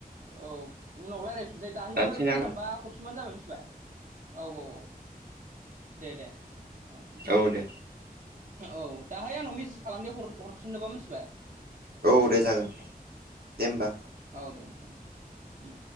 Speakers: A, on the right; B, on the right.
A: औ उनाव रायज्लायफिनसै दाहैफोर
B: दानसै ना
A: सम मोनबा हरफिनबानो जाबाय मिथिबाय औ औ औ दे दे औ
B: औ दे
A: औ दाहाय न' मिस खालामद हरफिननोबा मिथिबाय
B: औ दे जागोन दे होमबा
A: औ दे नोंथां दे